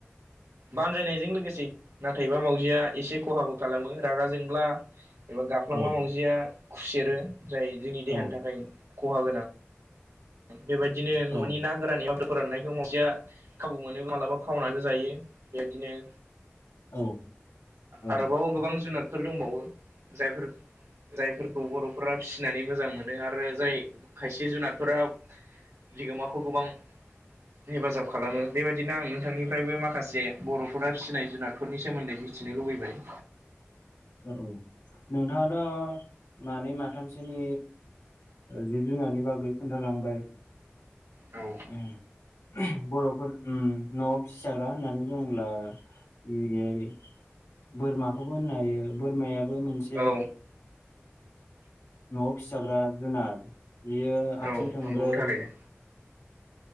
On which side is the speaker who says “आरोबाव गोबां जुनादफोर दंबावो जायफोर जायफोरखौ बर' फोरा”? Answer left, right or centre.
Right